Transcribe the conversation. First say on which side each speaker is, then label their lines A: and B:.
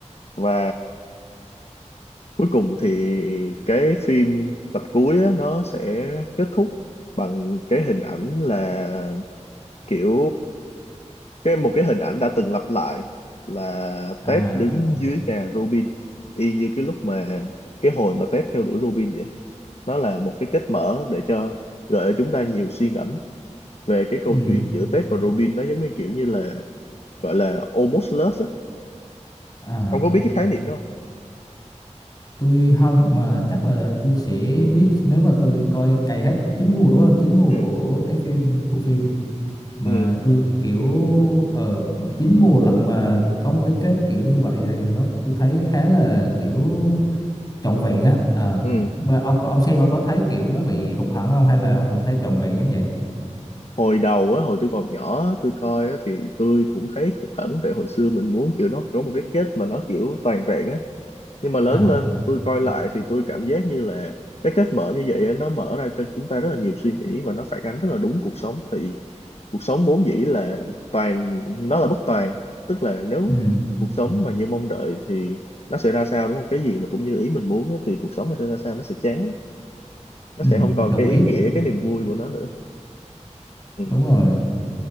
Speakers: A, on the left (about 60°); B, on the left (about 30°).
A: và cuối cùng thì cái phim tập cuối á, nó sẽ kết thúc bằng cái hình ảnh là kiểu cái một cái hình ảnh đã từng lặp lại là
B: à
A: Ted đứng dưới nhà Robin y như cái lúc mà cái hồi mà Ted theo đuổi Robin vậy nó là một cái kết mở để cho gợi cho chúng ta nhiều suy ngẫm về cái
B: ừ
A: câu chuyện giữa Ted và Robin nó giống như kiểu như là gọi là almost love á
B: Ờ,
A: ông có biết cái khái niệm đó không?
B: tôi không mà chắc là tôi sẽ biết nếu mà tôi coi cày hết chín mùa đúng không? Chín mùa
A: ừ
B: của cái phim của phim mà
A: ừ
B: tôi kiểu ở chín mùa lận mà có một cái kết kiểu như vậy thì nó tôi thấy khá là kiểu trọn vẹn á. Ờ.
A: ừ
B: Bà- ông có- ông xem ông có thấy kiểu nó bị hụt hẫng không hay là ông cũng thấy trọn vẹn giống vậy?
A: hồi đầu á hồi tôi còn nhỏ tôi coi á thì tôi cũng thấy khúc khẩn tại hồi xưa mình muốn kiểu nó có một cái kết mà nó kiểu toàn vẹn á nhưng mà lớn
B: À,
A: lên tôi coi lại thì tôi cảm giác như là cái cách mở như vậy á, nó mở ra cho chúng ta rất là nhiều suy nghĩ và nó phản ánh rất là đúng cuộc sống thì cuộc sống vốn dĩ là toàn nó là bất toàn tức là nếu
B: ừ,
A: cuộc sống mà như mong đợi thì nó sẽ ra sao đúng không cái gì mà cũng như ý mình muốn á, thì cuộc sống nó sẽ ra sao nó sẽ chán lắm.
B: ừ,
A: nó sẽ không còn
B: đồng
A: cái
B: ý.
A: ý nghĩa cái niềm vui của nó nữa ừ.
B: Đúng rồi.